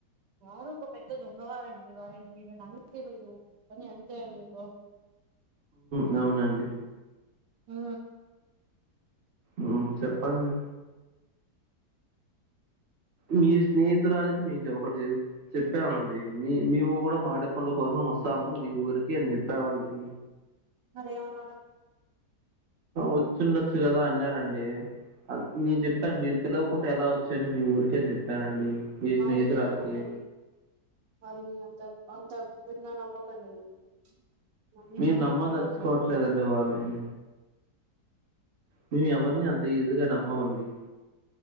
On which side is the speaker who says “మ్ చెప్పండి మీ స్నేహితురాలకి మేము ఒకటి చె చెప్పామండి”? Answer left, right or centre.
Right